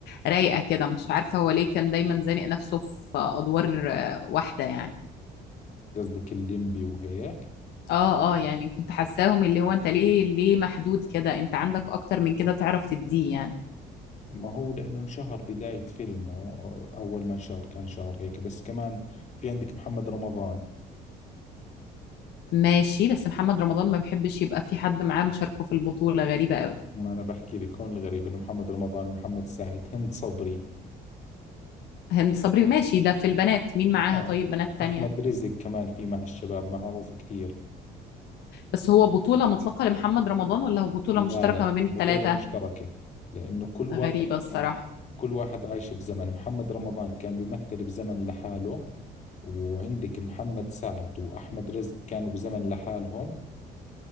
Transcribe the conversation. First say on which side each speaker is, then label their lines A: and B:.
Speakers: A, on the left; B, on the left.
A: رايقة كده مش عارفة هو ليه كان دايما زانق نفسه في أدوار آه، واحدة يعني
B: قصدك الليمبي وهيك
A: اه اه يعني كنت حاساهم اللي هو انت ليه ليه محدود كده انت عندك اكتر من كده تعرف تديه يعني
B: ما هو لأنه انشهر بداية فيلمه أول ما انشهر كان شهر هيك بس كمان في عندك محمد رمضان
A: ماشي بس محمد رمضان ما بيحبش يبقى في حد معاه مشاركه في البطولة غريبة قوي
B: ما انا بحكي لك هون الغريب انه محمد رمضان ومحمد سعد هند صبري
A: هند صبري ماشي ده في البنات مين معاها
B: اه
A: طيب بنات تانية
B: احمد رزق كمان في مع الشباب معروف كثير
A: بس هو بطولة مطلقة لمحمد رمضان ولا هو بطولة
B: لا
A: مشتركة
B: لا
A: ما بين التلاتة
B: بطولة مشتركة لانه كل واحد
A: غريبة الصراحة
B: آه، كل واحد عايش بزمن محمد رمضان كان بيمثل بزمن لحاله وعندك محمد سعد واحمد رزق كانوا بزمن لحالهم